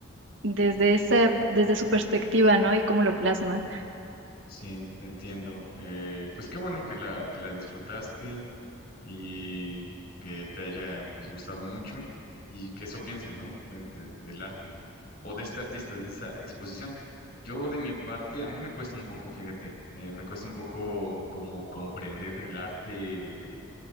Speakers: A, on the right; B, on the left.
A: desde esa, desde su perspectiva, ¿no? Y cómo lo plasma.
B: Sí, te entiendo. Eh, pues qué bueno que la, que la disfrutaste. y que te haya pues gustado mucho y que eso pienses, ¿no? De- de- del arte o de este artista, de esa exposición. Yo de mi parte, a mí me cuesta un poco, fíjate, eh, me cuesta un poco como comprender el arte